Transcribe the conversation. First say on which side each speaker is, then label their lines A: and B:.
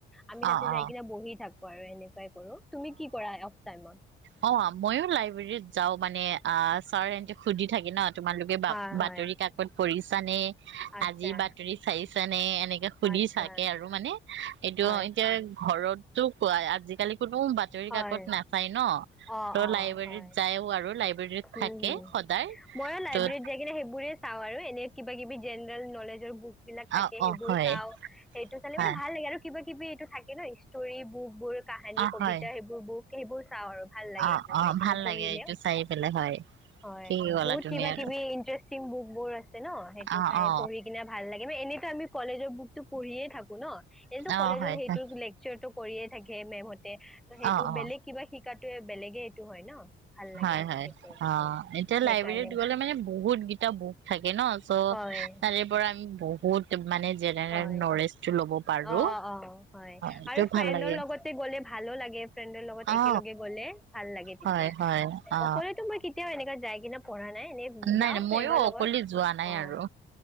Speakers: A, in the centre; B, on the right.
A: আমি তাতে
B: অ
A: যাই
B: অ
A: কিনে বহি থাকো। পাৰোনে? ট্ৰাই কৰো, তুমি কি কৰা অফ টাইমত?
B: অ অ', মইও লাইব্ৰেৰীত যাওঁ মানে। অ। <unintelligible> সুধি থাকে ন, তোমালোকে
A: হয় হয়
B: বাতৰি কাকত পঢ়িছানে?
A: আচ্ছা
B: আজি বাতৰি চাইছানে? এনেকে সুধি
A: আচ্ছা
B: থাকে আৰু মানে এইটো
A: হয়
B: এতিয়া। ঘৰতো পায় আজিকালি। কোনো বাতৰি
A: হয়
B: কাকত নাচায় ন।
A: অ
B: ত'লাইব্ৰেৰীত
A: অ হয়
B: যায়ও আৰু। <unintelligible>
A: হম
B: থাকে
A: হুম,
B: সদায়
A: ময়ো লাইব্ৰেৰীত
B: ত
A: যাই কিনে সেইবোৰে। চাওঁ আৰু এনে কিবা কিবি জেনেৰেল নলেজৰ বুক। বিলাক থাকে
B: অ
A: সেইবোৰ
B: অ হয়
A: চাও। সেইটো চালে
B: হয়
A: মানে ভাল লাগে আৰু কিবা। কিবি এইটো থাকে। ন ষ্টৰী বুক বোৰ, কাহানী,
B: অ
A: কবিতা
B: হয়
A: সেইবোৰ বুক সেইবোৰ। চাওঁ আৰু। ভাল লাগে
B: অ',
A: এইটো
B: অ।
A: চাই কিনে
B: ভাল
A: পঢ়িলে
B: লাগে এইটো চাই পেলাই। হয়
A: হয়,
B: ঠিকেই ক'লা
A: বহুত
B: তুমি
A: কিবা
B: আৰু
A: কিবি ইন্টাৰেষ্টিং বুক বোৰ আছে ন। সেইটো
B: অ
A: চাই
B: অ
A: পঢ়ি কিনে ভাল লাগে মানে, এনেতো আমি কলেজৰ বুকতো পঢ়িয়ে থাকো ন এনেটো
B: অ
A: কলেজত
B: হয়
A: সেইটো
B: হয়
A: লেকচাৰটো। কৰিয়ে থাকে মেমহ তে, ত' সেইটো
B: অ অ
A: বেলেগ কিবা শিকা বেলেগে এইটো হয় ন? ভাল লাগে
B: হয়, হয়।
A: সেইটো
B: অঁ, এতিয়া
A: সেইকাৰণে
B: লাইব্ৰেৰীত গ'লে মানে বহুত কেইটা বুক থাকে ন চ'
A: হয়
B: তাৰে পৰা <unintelligible> বহুত মানে জেনেৰেল
A: হয়,
B: নলেজটো ল'ব পাৰো
A: অ ', অ, হয়
B: এইটো
A: আৰু ফ্ৰেণ্ডৰ
B: ভাল লাগে
A: লগতে গ'লে ভালো লাগে, ফ্ৰেণ্ডৰ লগত একেলগে
B: অ
A: গ'লে ভাল লাগে তেতিয়া।
B: হয় হয় অ
A: অকলেতো মই কেতিয়াও এনেকা যাই কিনে পঢ়া নাই। এনে যাওঁ
B: নাই, নাই
A: ফ্ৰেণ্ডৰ
B: মইও
A: লগত
B: অকলে যোৱা নাই
A: অ'
B: আৰু,